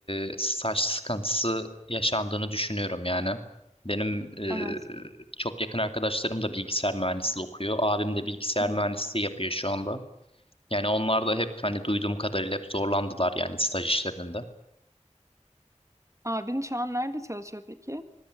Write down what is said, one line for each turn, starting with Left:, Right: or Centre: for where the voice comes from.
Left: e, staj sıkıntısı yaşandığını düşünüyorum yani. Benim e,
Right: Evet.
Left: çok yakın arkadaşlarım da bilgisayar mühendisliği okuyor. Abim de bilgisayar
Right: Hı hı.
Left: mühendisliği yapıyor şu anda. Yani onlar da hep hani duyduğum kadarıyla hep zorlandılar yani staj işlerinde.
Right: Abin şu an nerede çalışıyor peki?